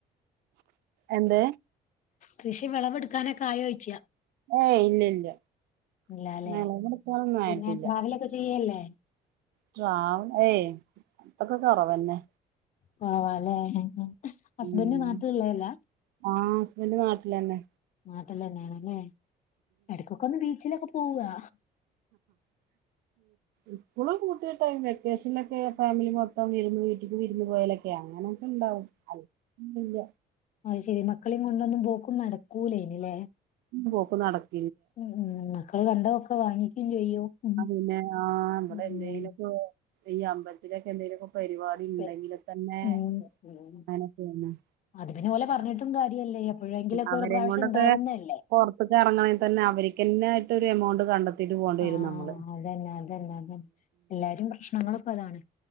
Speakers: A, on the right (about 70°); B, on the left (about 45°).
A: എന്തു
B: കൃഷി വിളവെടുക്കാനൊക്കെ ആയോ ചോയ്ക്ക
A: ഏയ് ഇല്ല ഇല്ല
B: ഇല്ലല്ലേ
A: വെളവെടുക്കാനൊന്നും
B: പിന്നെ
A: ആയിട്ടില്ല
B: ട്രാവലൊക്കെ ചെയ്യല്ലേ
A: ട്രാവൽ ഏയ് അതൊക്കെ കുറവന്നെ
B: പാവം ആ അല്ലേ ഹസ്ബൻഡ
A: ഉം
B: നാട്ടിലുള്ളതല്ല
A: ആഹ് ഹസ്ബൻഡ് നാട്ടിലന്നെ
B: നാട്ടിലാന്നെ ലെ ഇടക്കൊക്കെ ഒന്ന് ബീച്ചിലൊക്കെ പോവാ
A: ഇപ്പോളും വെക്കേഷനിലൊക്കെ ഫാമിലി മൊത്തം വരുന്ന- വീട്ടിൽക്ക് വിരൂന്ന് പോയലൊക്കെ അങ്ങനൊക്കെ ഇണ്ടാവും അല്ല
B: അയ് ശെരിമക്കളെയും കൊണ്ടൊന്നും പോക്ക് നടക്കൂല ഇല്ലേ
A: പോക്ക് നടക്കും
B: ഉ ഉം മക്കള് കണ്ടതൊക്കെ വാങ്ങിക്കയും ചെയ്യും ഉം
A: ആ പിന്നെ ആ നമ്മടെ
B: ഉം
A: എന്തെലൊക്കെ ഈ അമ്പത്തിലൊക്കെ എന്തെലൊക്കെ പരിപാടി ഉണ്ടെങ്കിൽ
B: പെ-
A: തന്നെ
B: ഉം ഉം
A: അങ്ങനെ തിന്ന-
B: അത് പിന്നെ ഓലെ പറഞ്ഞിട്ടും കാര്യല്ലേ എപ്പോഴെങ്കിലൊക്കെ
A: അവരേം
B: ഒരു പ്രാവശ്യം
A: കൊണ്ടൊക്കെ
B: ഉണ്ടാവുന്നതല്ലേ
A: പുറത്തൊക്കെ ഇറങ്ങണമെങ്കിൽ തന്നെ അവ- ആയിട്ടൊ ഒരു എമൗണ്ട് കണ്ടെത്തിട്ട് പോകേണ്ടി
B: ആഹ്
A: വരും നമ്മൾ-
B: അതന്നെ അതന്നെ അതന്നെ എല്ലാരും പ്രശ്നങ്ങളൊക്കെ അതാണ്